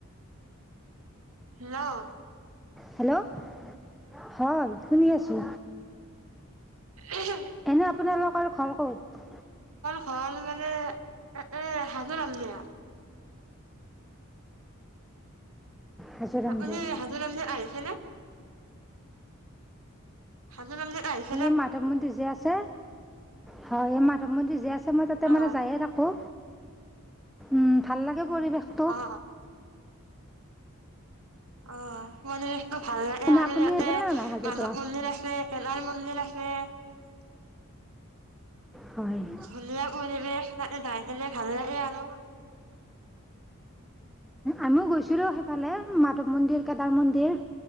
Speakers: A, on the right; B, in the centre.
A: হেল্লো'!
B: হেল্ল'? হয় শুনি আছো।
A: উহুম।
B: এনে আপোনালোকৰ ঘৰ ক'ত?
A: হল মানে, এ এ সাজু হাজৰিকা।
B: হাজোৰাম
A: আপুনি
B: দিয়াত
A: হাজো ৰামদেৱ আহিছেনে? হাজো ৰামদেৱ আহিছো
B: এই মাধৱ মন্দিৰ যে আছে। হয় এই মাধৱ মন্দিৰ যি আছে মই তাতে
A: অ
B: মানে যায়ে থাকো। উম ভাল লাগে পৰিৱেশটো।
A: অ অ পৰিবেশ টো ভাল লাগে
B: এনে
A: আৰু
B: আপুনি
A: ইয়াতে
B: আহিছিল নে নাই হাজোৰ
A: মানৱ
B: পৰা
A: মন্দিৰ আছে। কলাৰ মন্দিৰ আছে। <unintelligible>
B: হয়
A: ধুনীয়া পৰিৱেশ। তাতে যাই কিনে ভাল লাগে আৰু।
B: আমিও গৈছিলোঁ সেইফালে মাধৱ মন্দিৰ, কেদাৰ মন্দিৰ